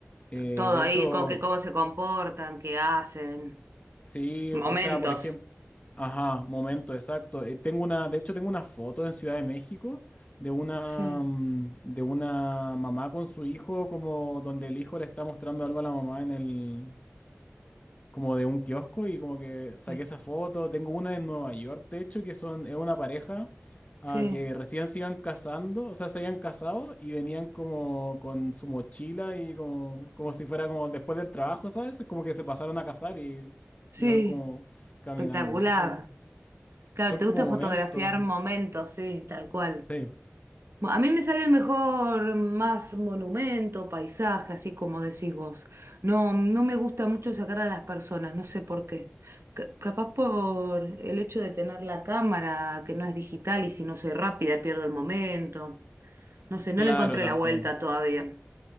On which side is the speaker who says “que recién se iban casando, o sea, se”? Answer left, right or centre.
Left